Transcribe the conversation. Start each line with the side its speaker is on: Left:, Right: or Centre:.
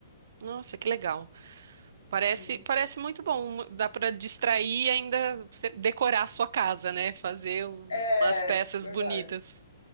Right: Nossa, que legal. Parece,
Left: Uhum.
Right: parece muito bom. Dá para distrair e ainda você decorar a sua casa, né? Fazer um-
Left: É,
Right: umas peças
Left: verdade.
Right: bonitas.